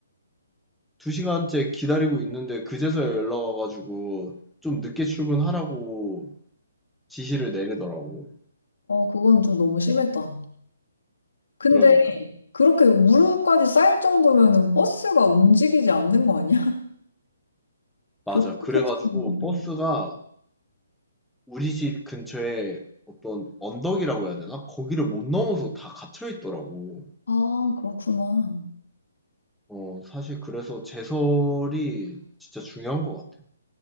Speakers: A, in the centre; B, on the left.
A: 두 시간째 기다리고 있는데 그제서야 연락 와가지고 좀 늦게 출근하라고 지시를 내리더라고.
B: 그건 좀 너무 심했다. 근데
A: 그러니까.
B: 그렇게 무릎까지 쌓일 정도면은 버스가 움직이지 않는 거 아니야? <laughs>
A: 맞아.
B: 교통체증.
A: 그래가지고
B: 음, 음.
A: 버스가 우리 집 근처에 어떤 언덕이라고 해야 되나? 거기를 못 넘어서 다 갇혀 있더라고.
B: 아, 그렇구나.
A: 어, 사실 그래서 제설이 진짜 중요한 것 같아.